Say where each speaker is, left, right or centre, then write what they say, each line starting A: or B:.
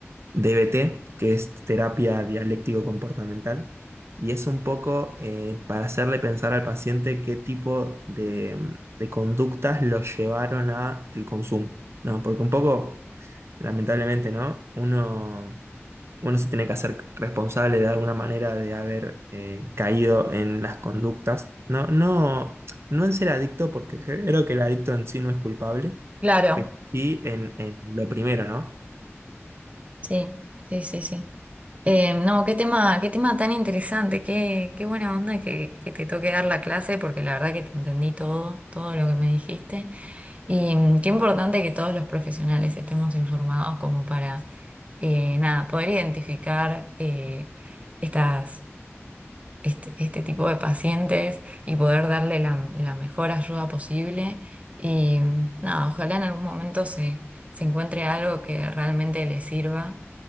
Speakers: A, on the right (about 65°); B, on the right (about 30°).
A: DBT, que es terapia dialéctico-comportamental, y es un poco eh, para hacerle pensar al paciente qué tipo de, mm, de conductas lo llevaron a el consumo, ¿no? Porque un poco, lamentablemente, ¿no? Uno uno se tiene que hacer responsable de alguna manera de haber eh, caído en las conductas. No, no, no en ser adicto, porque creo que el adicto en sí no es culpable,
B: Claro,
A: pero sí en, en lo primero, ¿no?
B: sí, sí, sí, sí. Eh, no, qué tema, qué tema tan interesante, qué, qué buena onda que, que te toque dar la clase, porque la verdad que te entendí todo, todo lo que me dijiste. Y mm, qué importante que todos los profesionales estemos informados como para, eh, nada, poder identificar eh, estas, este, este tipo de pacientes y poder darle la, la mejor ayuda posible. Y mm, nada, ojalá en algún momento se, se encuentre algo que realmente les sirva.